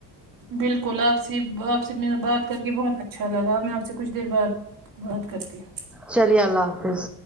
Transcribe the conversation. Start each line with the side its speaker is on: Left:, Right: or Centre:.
Right: بالکل آپ سے آپ سے م بات کر کے بہت اچ اچھا لگا میں آپ سے کچھ دیر بعد بات کرتی ہوں
Centre: چلیے اللہ حافظ